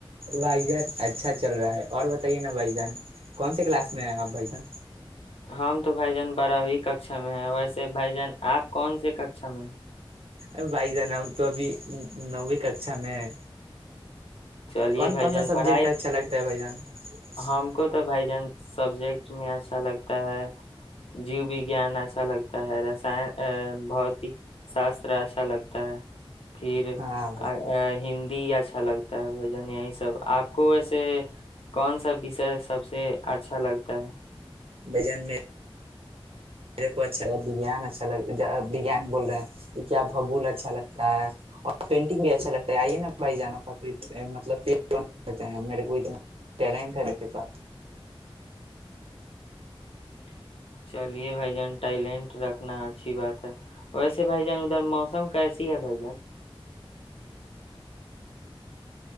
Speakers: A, on the right; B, on the left.
A: بھائی جان اچھا چل رہا ہے اور بتائیے نا بھائی جان کون سے کلاس میں ہیں آپ بھائی جان
B: ہم تو بھائی جان بارہ ہو ککاشا میں ہے ویسے بھائی جان آپ کون سے ککا میں
A: ا بھائی جانا ہم تو ابھی نویں ککشا میں ہے
B: چلیے
A: کون
B: بھائی
A: کون
B: جان
A: سا سبجیکٹ
B: پڑھائی
A: اچھا لگتا ہے بھائی جان کش
B: ہم
A: <unintelligible>
B: کو تو بھائی جان سبجیکٹ میں اچھا لگتا ہے جیو وگان اچھا لگتا ہے رسان بھتک شاستر اچھا لگتا ہے پھر
A: ہاں
B: ہند ج اچھا لگتا ہے بھائی جن یہی سب آپ کو ویسے کون سا وسر سب سے اچھا لگتا ہے
A: بجن میں میرے کو اچھا لیان اچھا لگگیان بول رہے ہیں کہ کیا بھگول اچھا لگتا ہے اور پینٹنگ بھی اچھا لگتا ہے آئیے نا بھائی جانوں کا کوئی مطلب فتے میرے کو اتنا ٹیلنٹ ہے میرے پاس <inaudible>
B: <inaudible> چلیے بھائی ٹائلینٹ رکھنا اچھی بات ہے ویسے بھائی جان ادھر موسم کیسی ہے بھائی جان